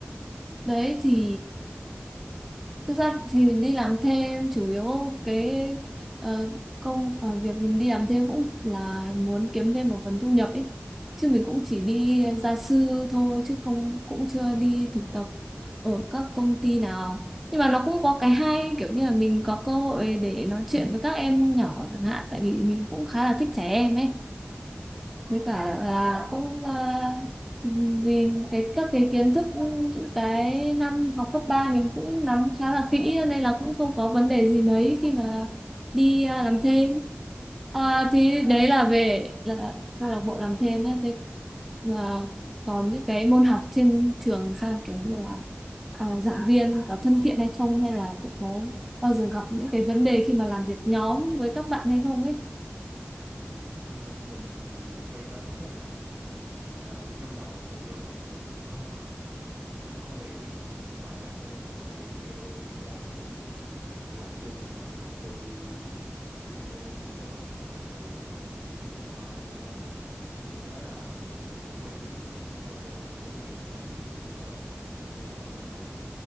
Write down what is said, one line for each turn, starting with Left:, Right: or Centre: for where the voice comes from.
Right: ừ,
Centre: Đấy
Right: mình
Centre: thì
Right: cũng đang suy nghĩ chuyện đó
Centre: Thực ra thì mình đi làm thêm chủ yếu cái ờ, công ờ, việc mình đi làm thêm cũng là muốn kiếm thêm một phần thu nhập ấy. Chứ mình cũng chỉ
Right: ừ.
Centre: đi gia sư thôi chứ không cũng chưa
Right: ờ
Centre: đi thực tập ở các công
Right: ờ
Centre: ty nào. Nhưng mà nó cũng có cái hay kiểu như là mình có cơ hội để nói chuyện với các em nhỏ chẳng hạn tại vì mình cũng khá là thích trẻ em ấy
Right: ờ
Centre: với cả là cũng à, vì cái các cái kiến thức những cái năm học cấp 3 mình cũng nắm khá là kỹ nên là cũng không có vấn đề gì
Right: ừ.
Centre: mấy khi mà đi à, làm thêm à, thì
Right: Ôi bạn
Centre: đấy là về là câu lạc bộ làm thêm nhé thế và
Right: ừ.
Centre: còn những cái môn học trên trường sao kiểu như là à, giảng viên có thân thiện hay không hay là cũng có bao giờ gặp những cái vấn đề khi mà làm việc nhóm với các bạn hay không ấy
Right: Ờ, mình thì mình may mắn cái là ờ, những năm đầu mình vô học thì mình có cũng có quen biết một vài bạn á, xong rồi kiểu cả đám cũng làm chung xong rồi học chung chung môn chung lớp xong từ năm một đến năm 3 bây giờ luôn được cái là kiểu cũng quen biết á, xong rồi à, cũng hiểu cách làm việc của nhau á nên là mình cũng